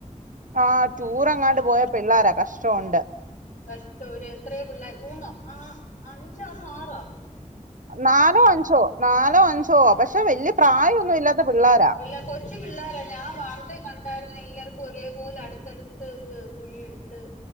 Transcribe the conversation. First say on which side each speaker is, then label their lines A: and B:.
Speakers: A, on the right (about 80°); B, on the left (about 70°).
A: ആഹ് ടൂറെങ്ങാണ്ട് പോയ പിള്ളാര കഷ് ട്ടോണ്ട്
B: കഷ്ടം ഒര് എത്രയോ പിള്ളാരാ മൂന്നോ ആ അഞ്ചാണോ ആറാണോ?
A: നാലോ അഞ്ചോ നാലോ അഞ്ചോ പക്ഷെ വല്യ പ്രായമൊന്നും ഇല്ലാത്ത പിള്ളോരാ
B: ഇല്ല കൊച്ചു പിള്ളാര ഞാൻ വാർത്തേ കണ്ടായിരുന്ന് എല്ലാർക്കും ഒരേപോലെ അടുത്തടുത്ത് ഇത് കുഴിയെടുത്ത്,